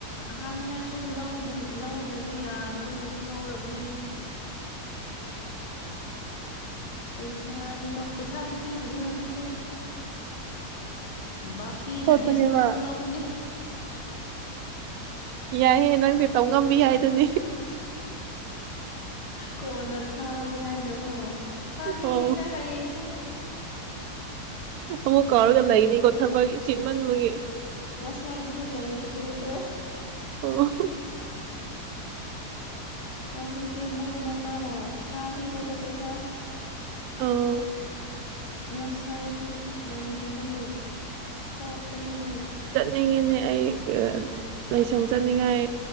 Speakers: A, on the left; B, on the right.
A: ꯍꯥꯞꯅꯤꯡꯉꯥꯏꯁꯨ ꯂꯧꯗ ꯂꯧꯗ꯭ꯔꯗꯤ ꯌꯥꯗꯕ ꯑꯗꯨꯒꯤ ꯑꯗꯨꯝ ꯂꯥꯎꯔꯕꯅꯤꯅꯦꯍꯦ
B: <inaudible>
A: ꯄꯩꯁꯥꯗꯤꯀꯣ ꯄꯩꯁꯥꯗꯤ ꯄꯤꯗ꯭ꯔꯤ ꯍꯧꯖꯤꯛꯁꯦ ꯕꯀꯤꯗ
B: ꯁꯣꯠꯄꯅꯦꯕ
A: ꯗꯤꯁꯀꯎꯟꯗ ꯂꯥꯎꯕꯅꯦ
B: ꯌꯥꯏꯍꯦ ꯅꯪꯁꯦ ꯇꯧ ꯉꯝꯕꯤ ꯍꯥꯏꯗꯨꯅꯤ
A: ꯀꯣꯟꯅ ꯊꯥꯒꯦ ꯍꯥꯏꯅꯀꯣ ꯊꯥꯕꯤꯅꯤꯗ
B: ꯑꯣ
A: ꯍꯌꯦꯡꯁꯦ
B: ꯑꯃꯨꯛ ꯀꯥꯎꯔꯒ ꯂꯩꯅꯤ ꯀꯣ ꯊꯕꯛ ꯆꯤꯟꯃꯟꯕꯒꯤ
A: ꯑꯦ ꯉꯁꯥꯏꯗꯗꯤ ꯂꯩꯇꯕꯒꯤꯀꯣ
B: ꯑꯣ
A: ꯍꯧꯖꯤꯛꯇꯤ ꯃꯣꯏ ꯃꯄꯥꯅ ꯊꯥꯕꯤꯔꯦꯗ ꯄꯩꯁꯥ
B: ꯑꯣ
A: ꯉꯁꯋꯥꯔꯗꯤ ꯂꯩꯇꯕꯒꯤ ꯁꯣꯄꯅꯤꯅꯦ
B: ꯉꯤꯅꯦ ꯑꯩ ꯂꯥꯏꯁꯪ ꯆꯠꯅꯤꯡꯉꯥꯏ